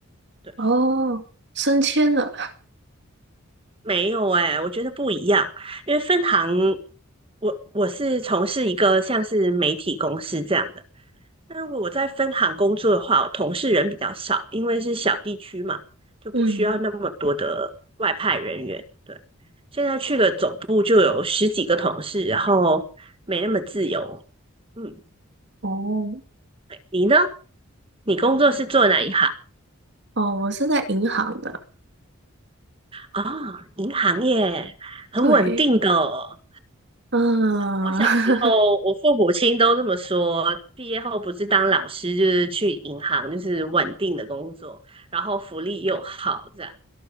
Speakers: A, on the right; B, on the right.
A: 对，
B: 哦，升迁了。
A: 没有哎、我觉得不一样，因为分行，我我是从事一个像是媒体公司这样的，那如果我在分行工作的话，我同事人比较少，因为是小地区嘛，就不需要那么多的外派人员。
B: 嗯，
A: 对，现在去了总部就有十几个同事，然后没那么自由。嗯，
B: 哦，
A: 你呢？你工作是做哪一行？
B: 哦，我是在银行的。
A: 哦，银行业，很稳定的哦
B: 对，嗯，
A: 我小时候，
B: <laughs>
A: 我父母亲都这么说，毕业后不是当老师，就是去银行，就是稳定的工作，然后福利又好，这样。